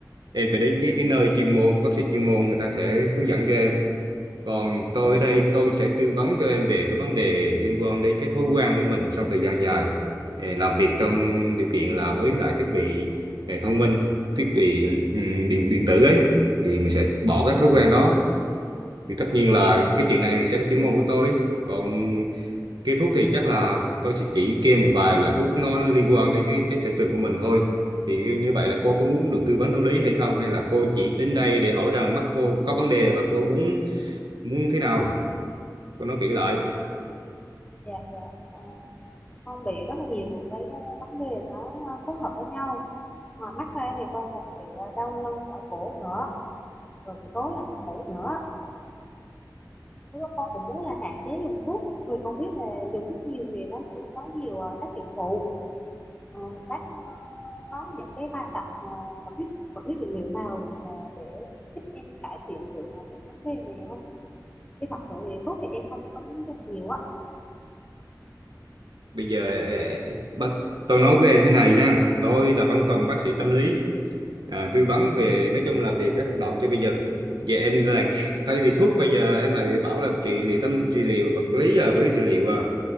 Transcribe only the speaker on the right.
em phải đến cái cái nơi chuyên môn bác sĩ chuyên môn người ta sẽ hướng dẫn cho em còn tôi ở đây tôi sẽ tư vấn cho em về cái vấn đề liên quan đến cái thói quen của mình sau thời gian dài eh, làm việc trong điều kiện là với lại thiết bị eh, thông minh, thiết bị ừm, điện điện tử ấy thì mình sẽ bỏ cái thói quen đó. Thì tất nhiên là cái chuyện này sẽ là chuyên môn của tôi. Còn cái thuốc thì chắc là tôi sẽ chỉ kê một vài loại thuốc nó liên quan đến cái cái sở trường của mình thôi. Thì như vậy là cô có muốn được tư vấn tâm lý hay không hay là cô chỉ đến đây để hỏi rằng mắt cô có vấn đề và cô muốn muốn thế nào? Tôi nói kỹ lại.
Bây giờ ờ, bác, tôi nói với em thế này nha. Tôi là văn phòng bác sĩ tâm lý. À, tư vấn về nói chung là về các hoạt động cho bây giờ. Giờ em lại tại vì thuốc bây giờ em lại bảo là trị liệu tâm trị liệu vật lý à, vật lý trị liệu à.